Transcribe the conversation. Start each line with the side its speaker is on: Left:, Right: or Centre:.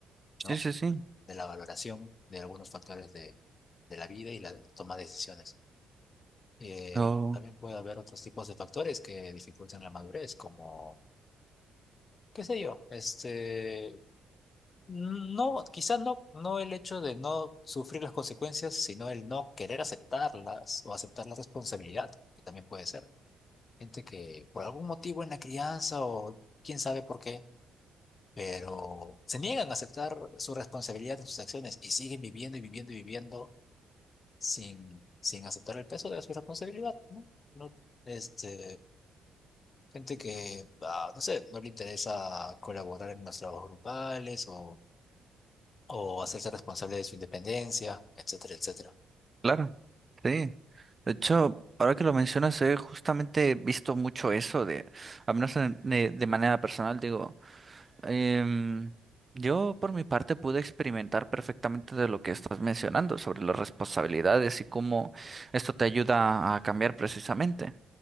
Left: ¿no?
Right: Sí, sí, sí.
Left: De la valoración de algunos factores de, de la vida y la toma de decisiones. Eh,
Right: Oh.
Left: también puede haber otros tipos de factores que dificultan la madurez, como, qué sé yo, este, no, quizás no, no el hecho de no sufrir las consecuencias, sino el no querer aceptarlas o aceptar la responsabilidad, que también puede ser. Gente que por algún motivo en la crianza o quién sabe por qué, pero se niegan a aceptar su responsabilidad de sus acciones y siguen viviendo y viviendo y viviendo sin, sin aceptar el peso de su responsabilidad, ¿no? No, este, gente que, ah, no sé, no le interesa colaborar en los trabajos grupales o, o hacerse responsable de su independencia, etcétera, etcétera.
Right: Claro, sí. De hecho, ahora que lo mencionas, he justamente visto mucho eso de, al menos en- de, de manera personal, digo, em, yo por mi parte pude experimentar perfectamente de lo que estás mencionando sobre las responsabilidades y cómo esto te ayuda a cambiar precisamente.